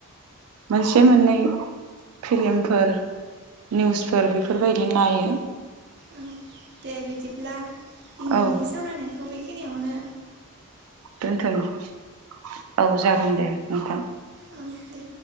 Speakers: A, on the right; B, on the right.
A: मोनसे मोननै फिल्म फोर निउसफोर बेफोरबायदि नायो
B: ओं दे बिदिब्ला दिनैनि
A: औ
B: सावरायनायखौ बे खिनियावनो
A: दोनथनिसै औ जागोन दे नोंथां
B: औ दे